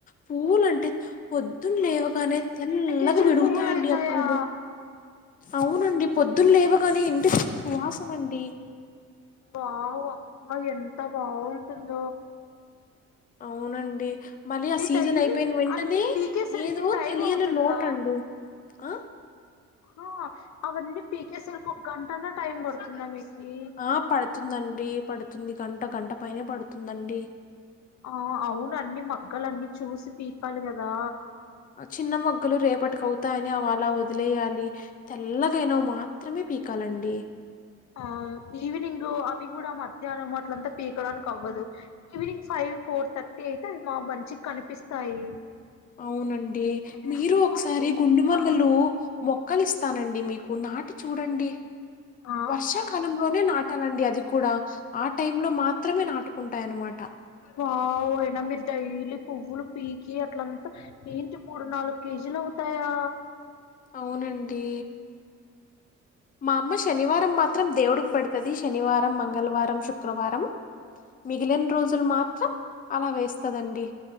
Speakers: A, on the left; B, on the left.
A: పువ్వులు అంటే. పొద్దున్న
B: రోజు
A: లేవగానే
B: కేజీ
A: తెల్లగా
B: రెండు కేజీలు
A: విడుగుతాయండి
B: పువ్వులు అయితాయా
A: ఆ పూలు అవునండి పొద్దులు లేవుగానే ఇంటికి సువాసన అండి
B: బావ్ అబ ఎంత బావ ంద
A: అవునండి మళ్ళీ ఆ సీజన్
B: డైలీ
A: అయిపోయిన వెంటనే
B: అన్ని పీకేసరికి
A: ఏదో
B: టైం
A: తెలియని
B: అవుతుందా
A: లోటండు ఆ
B: ఆ అవన్నీ పీకే సరికి ఒక గంటానే టైమ్ పడు అన్నా మీకి
A: ఆ పడుతుందండి పడుతుంది గంట గంట పైనే పడుతుందండి
B: ఆ అవున అన్ని మగ్గలన్ని చూసి పీకాలి కదా
A: చిన్నమగ్ మక్కలు రేపటికి అవుతాయని అవి అలా వదిలేయాలి తెల్లగైనవి మాత్రమే పీకాలండి
B: ఆ ఈవినింగ్ అవి కూడా మధ్యాహ్నం మాట్లంతా పీకడానికి అవ్వదు ఈవినింగ్ ఫైవ్ ఫోర్ థర్టీ అయితే అవి మా మంచికి కనిపిస్తాయి
A: అవునండి
B: ఉమ్,
A: మీరు ఒకసారి
B: మాకు
A: గుండుమల్లలో
B: ఆ
A: మొక్కలు ఇస్తానండి మీకు నాటి చూడండి
B: ఆ
A: వర్షాకాలంలోనే నాటాలండి అది కూడా ఆ టైం లో మాత్రమే నాటుకుంటాయన్నమాట
B: వావ్ అయిన మీరు డైలీ పువ్వులు పీకి అట్లంతా ఏంటి మూడు నాలుగు కేజీలు అవుతాయా
A: అవునండి మా అమ్మ శనివారం మాత్రం దేవుడికి పడుతుంది శనివారం మంగళవారం శుక్రవారం మిగిలిన రోజులు మాత్రం అలా వేస్తుందిండి